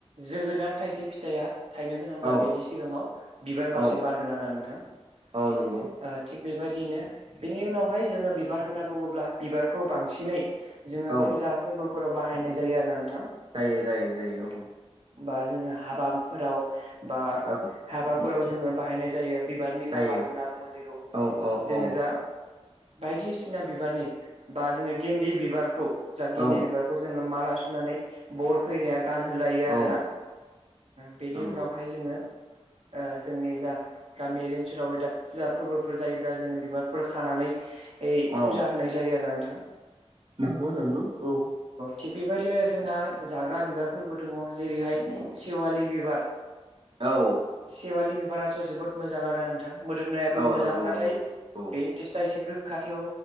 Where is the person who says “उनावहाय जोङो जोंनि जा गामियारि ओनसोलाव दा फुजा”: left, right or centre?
Right